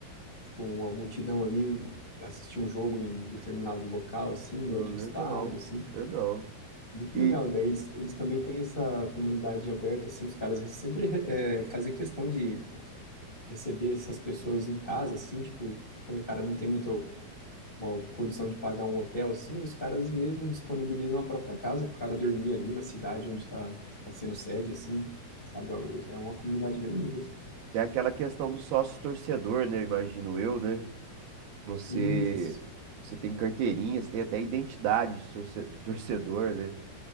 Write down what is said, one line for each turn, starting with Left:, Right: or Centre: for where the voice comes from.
Left: com a multidão ali assistir um jogo em determinado local, assim, em
Right: Ah,
Left: outro
Right: legal,
Left: estado, assim.
Right: legal.
Left: Muito
Right: E
Left: legal. Daí eles, eles também têm essa comunidade aberta, assim, os caras sempre é, fazem questão de receber essas pessoas em casa, assim, tipo, quando o cara não tem muita uma condição de pagar um hotel, assim, os caras mesmo disponibilizam a própria casa pro cara dormir ali na cidade onde tá, tá sendo sede, assim, sabe? É é uma comunidade bem unida. assim.
Right: Tem aquela questão do sócio torcedor, né? Imagino eu, né? Você,
Left: Isso.
Right: você tem carteirinha, você tem até identidade de torce- de torcedor, né?